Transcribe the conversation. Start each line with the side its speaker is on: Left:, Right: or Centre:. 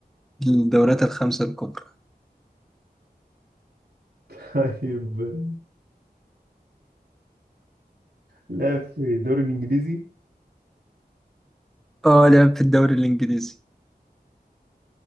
Centre: الدورات الخمسة الكبرى
Right: <laughs> طيب لاعب في الدوري الإنجليزي؟
Centre: اه لعب في الدوري الانجليزي